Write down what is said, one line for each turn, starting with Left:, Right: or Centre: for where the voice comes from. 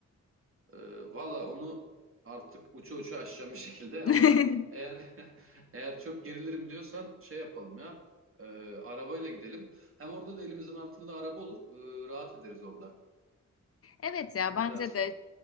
Right: Ee, valla onu artık uça uça aşacağım bir şekilde
Left: <laughs>
Right: ama eğer <laughs> eğer çok gerilirim diyorsan şey yapalım ya Ee, arabayla gidelim. Hem orada da elimizin altında araba olur ee, rahat ederiz orada.
Left: Evet ya,
Right: Ne
Left: bence
Right: dersin?
Left: de,